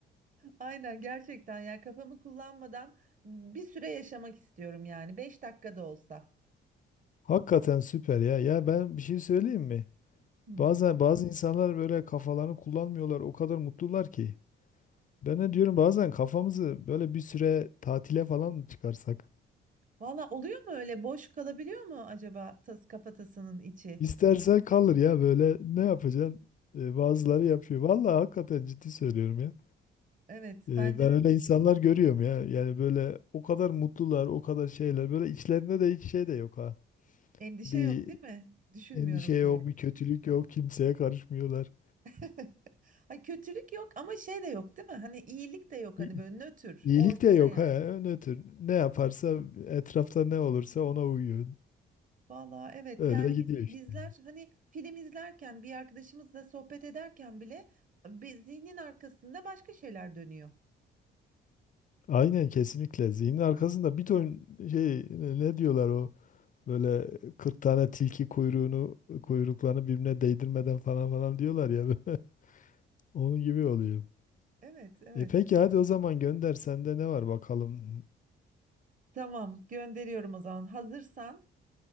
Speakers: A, on the right; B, on the left.
A: Aynen gerçekten ya kafamı kullanmadan bir süre yaşamak istiyorum yani. Beş dakika da olsa.
B: Hakikaten süper ya. Ya ben bir şey söyleyeyim mi?
A: Hı.
B: Bazen bazı insanlar böyle kafalarını kullanmıyorlar. O kadar mutlular ki. Ben de diyorum bazen kafamızı böyle bir süre tatile falan mı çıkarsak?
A: Valla oluyor mu öyle? Boş kalabiliyor mu acaba tas kafatasının içi?
B: İstersen kalır ya böyle ne yapacaksın? Ee, bazıları yapıyor. Vallahi hakikaten ciddi söylüyorum ya.
A: Evet
B: Ee,
A: bence
B: ben
A: bir
B: öyle insanlar görüyorum ya. Yani böyle o kadar mutlular, o kadar şeyler. Böyle içlerinde de hiç şey de yok ha.
A: endişe
B: Bir
A: yok değil mi? Düşünmüyorum
B: endişe yok,
A: diye.
B: bir kötülük yok, kimseye karışmıyorlar.
A: <laughs> Ay kötülük yok ama şey de yok değil mi? Hani iyilik de yok hani
B: İ-
A: böyle nötr
B: İyilik
A: ortada
B: de yok
A: yani.
B: ha. Ne tür, ne yaparsa etrafta ne olursa ona uyuyor.
A: Valla evet
B: Öyle
A: yani
B: gidiyor
A: biz
B: işte.
A: bizler hani film izlerken bir arkadaşımızla sohbet ederken bile bir zihnin arkasında başka şeyler dönüyor.
B: Aynen kesinlikle. Zihnin arkasında bir ton şey ne ne diyorlar o böyle 40 tane tilki kuyruğunu kuyruklarını birbirine değdirmeden falan falan diyorlar ya. <laughs> Onun gibi oluyor.
A: Evet evet
B: E peki hadi o zaman gönder. Sende ne var bakalım?
A: tamam gönderiyorum o zaman hazırsan